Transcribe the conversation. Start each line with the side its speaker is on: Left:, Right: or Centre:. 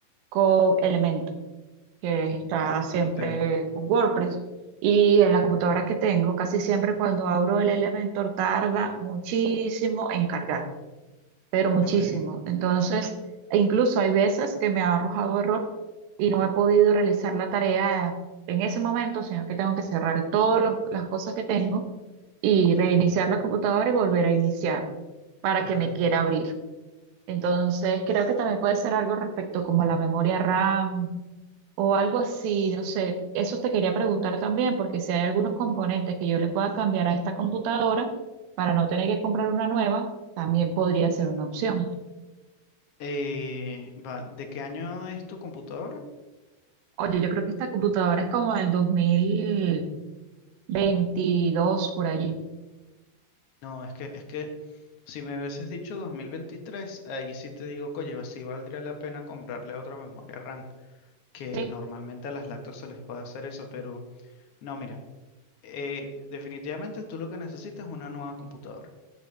Right: con Elementor, que está siempre
Left: Ok,
Right: con WordPress. Y en la computadora que tengo, casi siempre cuando abro el Elementor tarda muchísimo en cargar pero muchísimo.
Left: ok,
Right: Entonces, e incluso hay veces que me ha arrojado error y no he podido realizar la tarea en ese momento, sino que tengo que cerrar todas lo- las cosas que tengo y reiniciar la computadora y volver a iniciar para que
Left: ok.
Right: me quiera abrir. Entonces, creo que también puede ser algo respecto como a la memoria RAM o algo así, no sé. Eso te quería preguntar también, porque si hay algunos componentes que yo le pueda cambiar a esta computadora para no tener que comprar una nueva, también podría ser una opción.
Left: Eh, vale, ¿de qué año es tu computadora?
Right: Oye, yo creo que esta computadora es como del dos mil veintidós por allí.
Left: No, es que, es que si me hubieses dicho 2023, ahí sí te digo, oye, sí valdría la pena comprarle otra memoria RAM. que
Right: Sí,
Left: normalmente a las lactos se les puede hacer eso, pero no, mira, eh, definitivamente tú lo que necesitas es una nueva computadora.